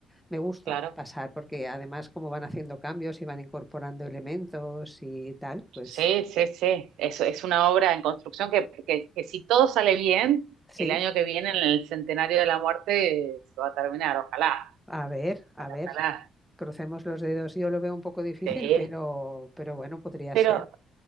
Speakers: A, in the centre; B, on the right (about 85°).
A: me gusta
B: claro.
A: pasar, porque además como van haciendo cambios y van incorporando elementos y tal, pues
B: Sí, sí, sí. Eso es una obra en construcción que, que, que si todo sale bien,
A: sí,
B: el año que viene, en el centenario de la muerte, se va a terminar. Ojalá,
A: a ver, a
B: ojalá.
A: ver, crucemos los dedos. Yo lo veo un poco difícil,
B: Sí.
A: pero, pero bueno, podría
B: Pero
A: ser.